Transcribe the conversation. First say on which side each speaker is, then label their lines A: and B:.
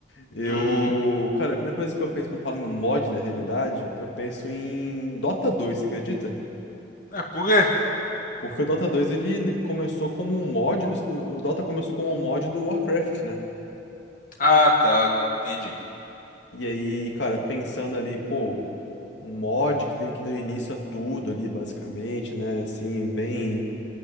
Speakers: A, on the left; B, on the left.
A: Eu,
B: Uhum.
A: cara, a primeira coisa que eu penso quando falo em mod na realidade, eu penso em Dota dois você acredita?
B: É por quê?
A: Porque o Dota dois ele começou como um mod do, do- o Dota começou como um mod do Warcraft, né?
B: Ah, tá, entendi.
A: E aí, cara, pensando ali, pô, um mod que deu, que deu início a tudo ali, basicamente, né? Assim, bem.